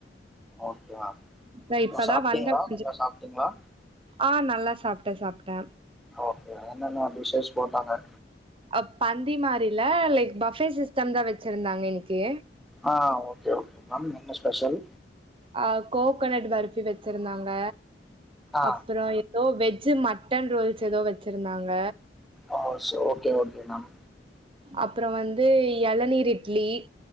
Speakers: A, in the centre; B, on the right (about 30°).
A: okay ma'am
B: இந்தா இப்பதா
A: சாப்ட்டீங்களா
B: வந்த கொஞ்ச
A: நல்லா சாப்ட்டீங்களா
B: ஆ நல்லா சாப்ட்ட சாப்ட்ட
A: ஓகே மேம் என்னன்ன டிஸ்ஷஸ் போட்டாங்க
B: அ பந்தி மாரில்ல லைக் பஃபே சிஸ்டம் தா வச்சிருந்தாங்க இன்னைக்கி
A: ஆ ஓகே ஓகே மேம் என்ன ஸ்பெஷல்
B: அ கோக்கனட் பர்பி வச்சிருந்தாங்க
A: ஆ
B: அப்பறோ எ தோ வெஜ்ஜி மட்டன் ரோல்ஸ் எதோ வச்சிருந்தாங்க
A: ஆ சோ ஓகே ஓகே மேம்
B: அப்பறம் வந்து எளநீர் இட்லி